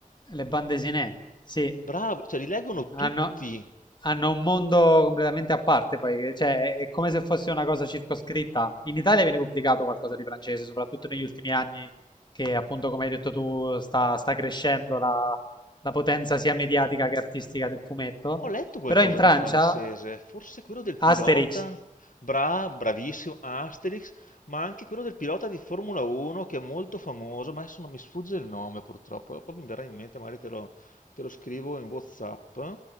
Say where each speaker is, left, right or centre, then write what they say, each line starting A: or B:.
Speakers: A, on the left; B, on the left.
A: Le bande desinè, sì,
B: Bravo, cioè li leggono
A: hanno,
B: tutti.
A: hanno un mondo completamente a parte, poi, che- cioè, è, è come se fosse una cosa circoscritta. In Italia viene pubblicato qualcosa di francese, soprattutto negli ultimi anni, che appunto, come hai detto tu, sta, sta crescendo la, la potenza sia mediatica che artistica del fumetto.
B: Ho letto qualcosa
A: Però in Francia,
B: di francese, forse quello del pilota,
A: Asterix,
B: bra bravissimo, Asterix, ma anche quello del pilota di Formula 1 che è molto famoso, ma adesso non mi sfugge il nome purtroppo, poi mi verrà in mente, magari te lo, te lo scrivo in WhatsApp,